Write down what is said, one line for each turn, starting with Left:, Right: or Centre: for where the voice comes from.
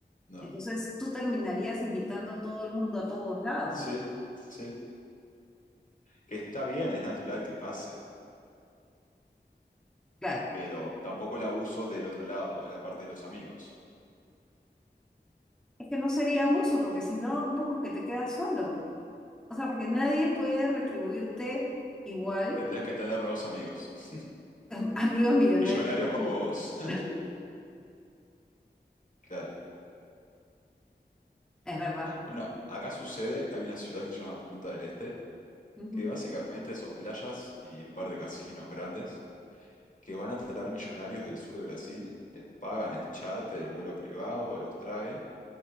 Left: No.
Centre: Entonces, tú terminarías invitando a todo el mundo a todos lados.
Left: Sí, sí. Que está bien, es natural que pase,
Centre: Claro,
Left: pero tampoco el abuso del otro lado, de la parte de los amigos.
Centre: es que no sería abuso, porque si no, un poco que te quedas solo. O sea, porque nadie puede retribuirte igual,
Left: Tendrías que tener nuevos amigos. <laughs>
Centre: <laughs> amigos millonarios
Left: Millonarios
Centre: como
Left: como
Centre: tú.
Left: vos. <laughs>
Centre: <laughs>
Left: Claro.
Centre: Es verdad.
Left: Bueno, acá sucede, hay una ciudad que se llama Punta del Este,
Centre: Ujú,
Left: que básicamente son playas y un par de casinos grandes que van a traer millonarios del sur de Brasil, les pagan el charter, el vuelo privado, los traen,